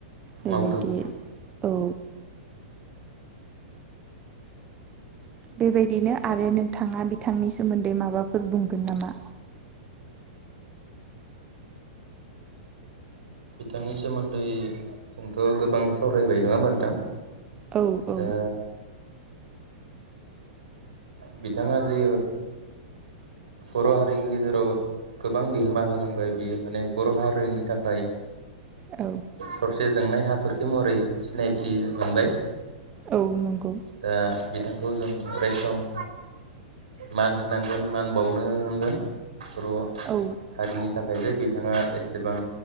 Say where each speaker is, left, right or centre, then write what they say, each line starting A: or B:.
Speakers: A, on the right; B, on the right.
A: बेबायदि
B: मावदों
A: औ। बेबायदिनो आरो नोंथाङा बिथांनि सोमोन्दै माबाफोर बुंगोन नामा?
B: बिथांनि सोमोन्दै जोंथ' गोबां सावरायबाय नङा होमबा नोंथां?
A: औ
B: दा
A: औ।
B: बिथाङा जे बर' हारिनि गेजेराव गोबां बिहोमा होलांबाय बियो माने बर' हारिनि थाखाय
A: औ
B: थरसे जोंनाय हा हाथरखि महरै सिनायथि मोनबाय।
A: औ नंगौ।
B: दा बिथांखौ जों अराय सम मान होनांगोन मान बावनो रोंनांगोन। बर'
A: औ
B: हारिनि थाखायबो बिथाङा एसेबां